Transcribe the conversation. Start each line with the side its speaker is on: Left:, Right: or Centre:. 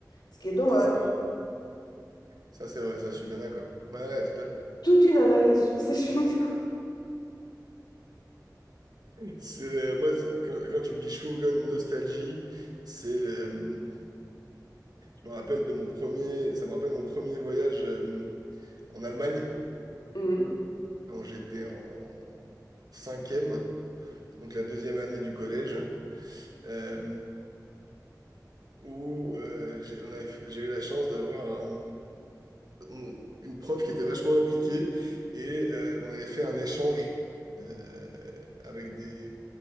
Left: ce qui est dommage.
Right: Ça c'est vrai. Ça c'est vrai, ça je suis bien d'accord. Ouais, ouais, tout à fait.
Left: Toute une analyse sur ces <laughs> chewing-gums.
Right: C'est le- moi c'est- quand, quand tu me dis Schwingen nostalgie, c'est le- je me rappelle de mon premier ça me rappelle mon premier voyage euh, en Allemagne
Left: Mm.
Right: quand j'étais en cinquième, donc la deuxième année du collège, euh, où euh, j'ai on avait- j'ai eu la chance d'avoir un on- une prof qui était vachement impliquée et euh, on avait fait un échange euh, avec des...